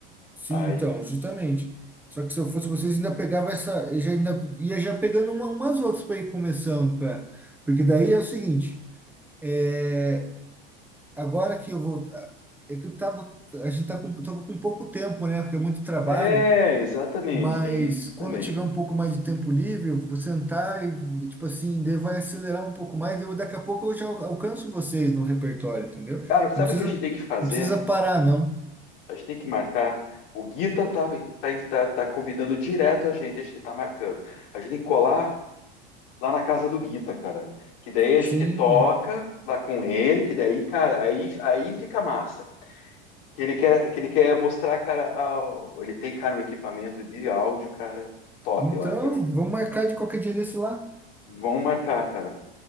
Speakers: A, in the centre; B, on the left.
A: sim,
B: Aí,
A: então, justamente. Só que se eu fosse vocês, ainda pegava essa, eu já ainda ia já pegando uma- umas outras para ir começando, pra, porque daí é o seguinte, é, agora que eu vou, é que eu tava, a gente tá com, tava com pouco tempo, né? Porque é muito trabalho.
B: é, exatamente,
A: Mas
B: tem isso
A: quando
B: também.
A: tiver um pouco mais de tempo livre, eu vou sentar e, tipo assim, daí vai acelerar um pouco mais. Eu, daqui a pouco eu já al- alcanço vocês no repertório, entendeu?
B: Cara, sabe
A: Não precisa,
B: o que a gente tem que fazer?
A: não precisa parar, não.
B: A gente tem que marcar. O Guita tá, tá, tá, tá convidando direto a gente, a gente tá marcando. A gente tem que colar lá na casa do Guita, cara. Que daí a
A: Sim.
B: gente toca lá com ele, que daí, cara, aí, aí fica massa. Que ele quer, que ele quer mostrar, cara, a- ele tem, cara, um equipamento de áudio, cara, top
A: Então,
B: lá, cara.
A: vamos marcar de qualquer dia desse lá.
B: Vão marcar, cara.